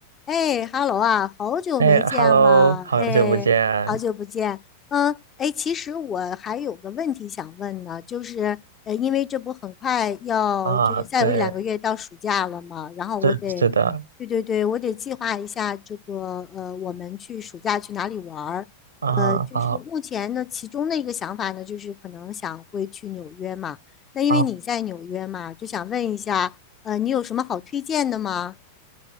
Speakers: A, on the left (about 25°); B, on the right (about 70°).
A: 哎，Hello 啊，好久没见了，
B: 哎，Hello，好久不见
A: 哎，好久不见。嗯，哎，其实我还有个问题想问呢，就是，呃，因为这不很快要，
B: 啊！
A: 就是再有一两个月到暑假了嘛，
B: 对，
A: 然后我得，
B: 是是的
A: 对对对，我得计划一下这个，呃，我们去暑假去哪里玩儿。
B: 啊，
A: 呃，就是目前呢，
B: 好
A: 其中的一个想法呢，就是可能想会去纽约嘛。那因为你在纽约嘛，
B: 啊。
A: 就想问一下，呃，你有什么好推荐的吗？